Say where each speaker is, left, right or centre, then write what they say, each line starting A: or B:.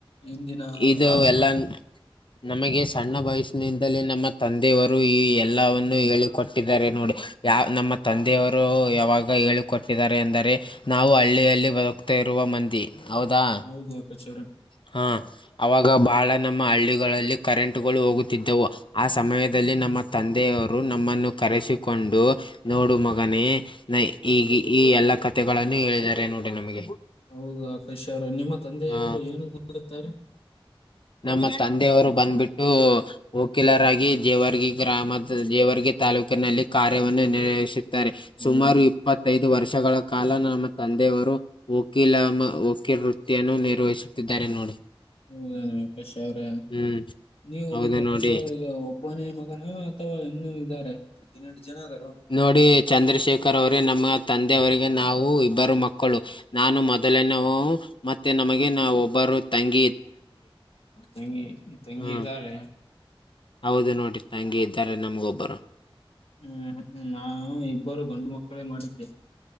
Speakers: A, on the left; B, on the left.
A: ಹಿಂದಿನ
B: ಇದು
A: ಕಾಲದ.
B: ಎಲ್ಲ ನಮಗೆ ಸಣ್ಣ ವಯಸ್ಸಿನಿಂದಲೇ ನಮ್ಮ ತಂದೆಯವರು ಈ ಎಲ್ಲವನ್ನು ಹೇಳಿಕೊಟ್ಟಿದಾರೆ ನೋಡಿ. ಯಾವ್ ನಮ್ಮ ತಂದೆಯವರು ಯಾವಾಗ ಹೇಳಿಕ ಕೊಟ್ಟಿದಾರೆ ಎಂದರೆ ನಾವು ಹಳ್ಳಿಯಲ್ಲಿ ಬ ದುಕ್ತಾ ಇರುವ ಮಂದಿ ಹೌದಾ.
A: ಹೌದು ಆಕಾಶವ್ರೆ.
B: ಹಾ ಅವಾಗ ಬಹಳ ನಮ್ಮ ಹಳ್ಳಿಗಳಲ್ಲಿ ಕರೆಂಟುಗಳು ಹೋಗುತ್ತಿದ್ದವು. ಆ ಸಮಯದಲ್ಲಿ ನಮ್ಮ ತಂದೆಯವರು ನಮ್ಮನ್ನು ಕರೆಸಿಕೊಂಡು. ನೋಡು ಮಗನೇ ನ ಈಗ ಈ ಎಲ್ಲಾ ಕಥೆಗಳನ್ನು ಹೇಳಿದ್ದಾರೆ ನೋಡಿ ನಮಗೆ.
A: ಹೌದಾ ಆಕಾಶ್ ಅವ್ರೆ ನಿಮ್ಮ ತಂದೆಯವರು
B: ಆ
A: ಏನು ಮಾಡುತ್ತಾರೆ.
B: ನಮ್ಮ ತಂದೆಯವರು ಬಂದ್ಬಿಟ್ಟು. ವಕೀಲರಾಗಿ ಜೇವರ್ಗಿ ಗ್ರಾಮದ ಜೇವರ್ಗಿ ತಾಲೂಕಿನಲ್ಲಿ ಕಾರ್ಯವನ್ನು ನಿರ್ವಹಿಸ ತ್ತಾರೆ
A: ಹೌದು
B: ಸುಮಾರು ಇಪ್ಪತ್ತೈದು ವರ್ಷಗಳ ಕಾಲ ನಮ್ಮ ತಂದೆಯವರು. ವಕೀಲಮ ವಕೀಲ್ ವೃತ್ತಿಯನ್ನು ನಿರ್ವಹಿಸುತ್ತಿದ್ದಾರೆ ನೋಡಿ.
A: ಹೌದಾ ಆಕಾಶ್ ಅವ್ರೆ
B: ಹ್ಮ್
A: ನೀವು
B: ಹೌದು
A: ನಿಮ್ಮ
B: ನೋಡಿ
A: ತಂದೆಯವರಿಗೆ ಕೋನೆಯ ಮಗನಾ ಅಥವಾ ಇನ್ನು ಇದಾರೆ ಹದಿನೆಂಟು ಜನ ಅದಾರ್ನೋ
B: ನೋಡಿ ಚಂದ್ರಶೇಖರ್ ಅವ್ರೇ ನಮ್ಮ ತಂದೆ ಅವರಿಗೆ ನಾವು ಇಬ್ಬರು ಮಕ್ಕಳು. ನಾನು ಮೊದಲನವು ಮತ್ತೆ ನಮಗೆ ನಾ ಒಬ್ಬರು ತಂಗ್
A: ತಂಗಿ ತಂಗಿ
B: ಹ್ಮ್
A: ಇದ್ದಾರೆ
B: ಹೌದು
A: ನ
B: ನೋಡಿ ತಂಗಿ ಇದ್ದಾರೆ ನಮ್ಗೊ ಒಬ್ಬರು.
A: ಹ್ಮ್ ನಾವು ಇಬ್ಬರು ಗಂಡು ಮಕ್ಕಳೇ ಮಾಡಿದ್ದೇ.